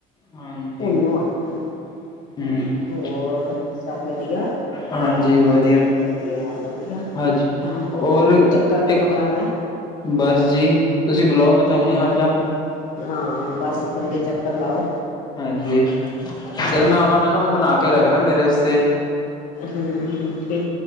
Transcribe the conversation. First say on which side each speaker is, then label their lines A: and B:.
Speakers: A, on the left; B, on the left.
A: ਹਾਂਜੀ
B: ਭੁੰਨੋ
A: ਹੂ।
B: ਆਟਾ ਹੋਰ ਸਭ ਵਧੀਆ
A: ਹਾਂਜੀ ਵਧੀਆ
B: ਵਧੀਆ ਵਧੀਆ
A: ਹਾਂਜੀ।
B: ਹਮ
A: ਔਰ
B: ਚੱਕਰ ਕਦੋਂ
A: ਇੱਕ
B: ਲਾਣਾ
A: ਬਸ ਜੀ ਤੁਸੀਂ ਬੁਲਾਓ ਮੈਂ ਤਾਂ
B: ਹਮ
A: ਹੁਣੇ ਆ ਜਾ।
B: ਹਾਂ ਬਸ ਜਲਦੀ ਚਕਰ ਲਾੳ।
A: ਹਾਂਜੀ, ਜਦ ਮੈਂ ਆਵਾਂਗਾ ਨਾ, ਓ ਬਣਾ ਕੇ ਰੱਖਣਾ ਮੇਰੇ ਅਸਤੇ।
B: ਹਮ ਤੇ